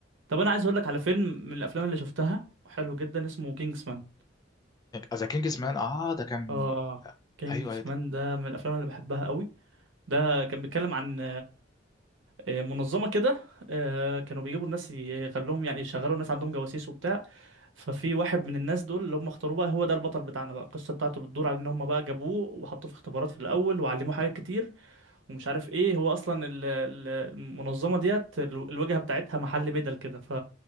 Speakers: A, on the right (about 75°); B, on the left (about 20°).
A: طب انا عايز اقول لك على فيلم من الافلام اللي شفتها حلو جدا اسمه كينجز مان
B: ذا كينجز مان اه ده كان
A: اه كينجز
B: ايوه ايوه ده
A: مان ده من الافلام اللي بحبها قوي ده كان بيتكلم عن آه، منظمه كده آه، كانوا بيجيبوا الناس يخلوهم يعني يشغلوا الناس عندهم جواسيس وبتاع ففي واحد من الناس دول اللي هم اختاروه بقى هو ده البطل بتاعنا بقى القصه بتاعته بتدور على ان هم بقى جابوه وحطوه في اختبارات في الاول وعلموه حاجات كتير ومش عارف ايه هو اصلا ال- ال- المنظمه ديت ال- الواجهه بتاعتها محل بدل كده ف